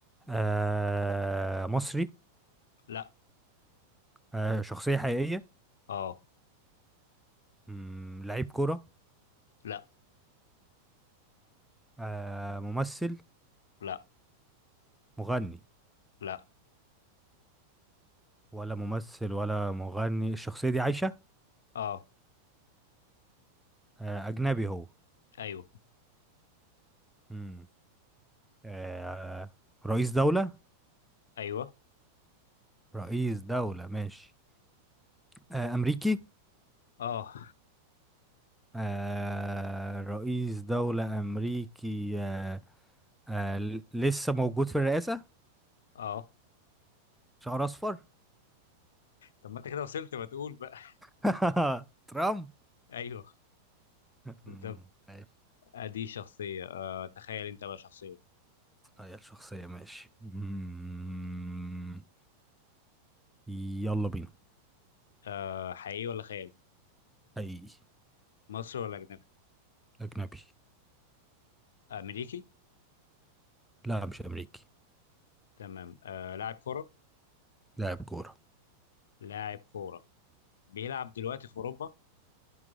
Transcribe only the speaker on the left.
لا
اه
لا
لا
لا
اه
ايوه
ايوه
اه
اه
طب ما انت كده وصلت ما تقول بقى
<laughs> ايوه بالظبط
ادي شخصيه آه تخيل انت بقى شخصيه
آه حقيقي ولا خيال
مصري ولا اجنبي
امريكي
تمام آه لاعب كره
لاعب كوره بيلعب دلوقتي في اوروبا